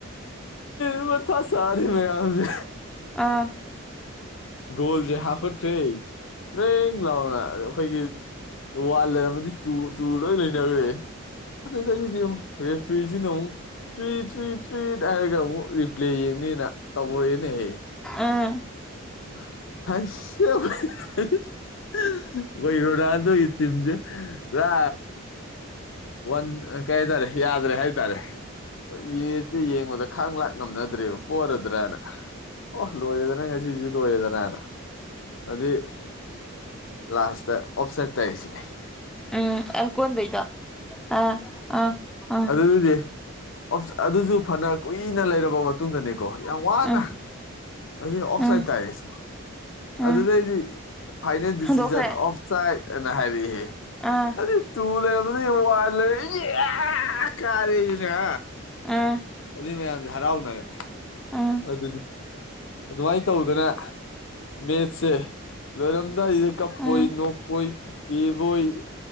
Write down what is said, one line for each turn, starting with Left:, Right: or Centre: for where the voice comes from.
Left: <unintelligible> ꯃꯊꯥ ꯁꯥꯔꯦ ꯃꯌꯥꯝꯁꯦ
Centre: ꯑꯥ
Left: ꯒꯣꯜꯁꯦ ꯍꯥꯞꯀꯠꯈꯔ꯭ꯦ ꯇꯔ꯭ꯦꯡ ꯂꯥꯎꯅ ꯑꯩꯈꯣꯏꯒꯤ ꯋꯥꯟ ꯂꯩꯔꯝꯃꯗꯤ ꯇ ꯇꯨ ꯂꯣꯏ ꯂꯩꯅꯈ꯭ꯔꯦ ꯑꯗꯨꯗꯩꯗꯤ ꯑꯃꯨ ꯔꯦꯐ꯭ꯔꯤꯁꯤꯅ ꯑꯃꯨꯛ ꯇ꯭ꯔꯤ ꯇ꯭ꯔꯤꯠ ꯇ꯭ꯔꯤꯠ ꯍꯥꯏꯔꯒ ꯑꯃꯨꯛ ꯔꯤꯄ꯭ꯂꯦ ꯌꯦꯡꯅꯤꯅ ꯇꯧꯔꯛꯑꯦꯅꯦꯍꯦ
Centre: ꯑꯥ
Left: <unintelligible> ꯑꯩꯈꯣꯏ ꯔꯣꯅꯥꯜꯗꯣꯒꯤ ꯇꯤꯝꯁꯦ ꯄꯨꯔꯥ ꯋꯥꯟ ꯀꯩ ꯍꯥꯏꯇꯥꯔꯦ ꯌꯥꯗ꯭ꯔꯦ ꯍꯥꯏꯇꯥꯔꯦ ꯌꯦꯁ ꯌꯦꯡꯕꯗ ꯈꯥꯡ ꯂꯥꯛ ꯉꯝꯅꯗ꯭ꯔꯦꯕ ꯄꯣꯔꯗ꯭ꯔꯥꯅ ꯑꯣ ꯂꯣꯏꯔꯦꯗꯅ ꯉꯁꯤꯁꯨ ꯂꯣꯏꯔꯦꯗꯅꯅ ꯍꯧꯖꯤꯛ ꯂꯥꯁꯇ ꯑꯣꯐꯁꯥꯏꯗ ꯇꯥꯏ ꯁꯤꯅꯤ
Centre: ꯎꯝ ꯑꯀꯣꯟꯕꯩꯗꯣ ꯑ ꯑ ꯑ
Left: ꯑꯗꯨꯗꯤ ꯑꯗꯨꯁꯨ ꯐꯅ ꯀꯨꯏꯅ ꯂꯩꯔꯕ ꯃꯇꯨꯡꯗꯅꯤ ꯀꯣ ꯌꯥꯝ ꯋꯥꯅ
Centre: ꯎꯝ
Left: ꯑꯗꯨ ꯑꯣꯞꯁꯥꯏꯠ
Centre: ꯎꯝ
Left: ꯇꯥꯏꯔꯦꯁꯤ
Centre: ꯎꯝ
Left: ꯑꯗꯨꯗꯩꯗꯤ ꯐꯥꯏꯅꯦꯜ ꯗꯤꯁꯤꯖꯟ
Centre: ꯍꯟꯗꯣꯛꯈ꯭ꯔꯦ
Left: ꯑꯣꯐꯁꯥꯏꯠ ꯑꯅ ꯍꯥꯏꯔꯛꯑꯦꯍꯦ
Centre: ꯑꯥ
Left: ꯇꯨ ꯂꯩꯔꯝꯕꯗꯩꯩ ꯋꯥꯟ ꯂꯩꯔꯦ ꯌꯦ ꯀꯔꯦꯅ
Centre: ꯑꯥ
Left: ꯑꯗꯨꯏ ꯃꯌꯥꯝꯁꯦ ꯍꯔꯥꯎꯅꯔꯦ
Centre: <unintelligible>
Left: ꯑꯗꯨꯅꯤ ꯑꯗꯨꯃꯥꯏꯅ ꯇꯧꯗꯅ ꯃꯦꯠꯁꯦ ꯂꯣꯏꯔꯝꯗꯥꯏꯁꯤꯗ ꯀꯞꯄꯣꯏ
Centre: ꯎꯝ
Left: ꯅꯣꯛꯄꯣꯏ ꯀꯤꯕꯣꯏ